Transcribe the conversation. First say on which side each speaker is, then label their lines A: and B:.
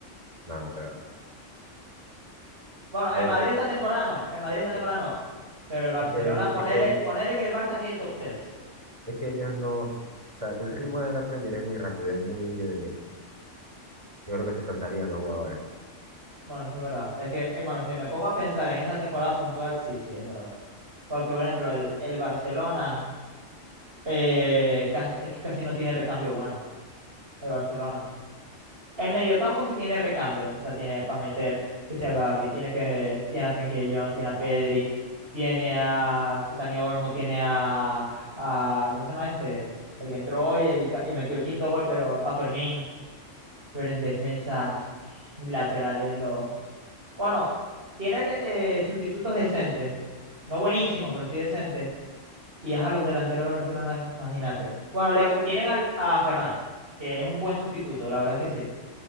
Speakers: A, on the right (about 25°); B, on the right (about 50°).
A: No, no creo.
B: Bueno,
A: Ya,
B: el Madrid
A: eh,
B: está temprano. El Madrid está temprano.
A: eh,
B: Pero el Barcelona,
A: es que,
B: ponele,
A: es que,
B: ponele que el Barça quede top 3.
A: es que ellos no. O sea, el ritmo de la Premier es muy rápido, es muy ir y venir. Yo creo que se cansarían los jugadores.
B: Bueno, eso es verdad. Es que, eh, bueno, si me pongo a pensar en esa temporada puntual, sí, sí, es verdad. Porque, por ejemplo, el, el Barcelona eh, casi, es que casi no tiene recambio bueno, el Barcelona. En mediocampo sí tiene recambio, o sea, tiene para meter, que sea Gavi, tiene que, tiene a Frenkie de Jong, tiene a Pedri, tiene a Dani Olmo, tiene a, a, ¿cómo se llama este? El que entró hoy y, ca- y metió el quinto gol, pero a Fermín, pero en defensas laterales lo Bueno, tiene de- eh, sustitutos decentes. No buenísimos, pero sí decentes. Y a los delanteros de Barcelona, imagínate. Bueno, le, tienen al, a Ferran, que es un buen sustituto, la verdad es que sí.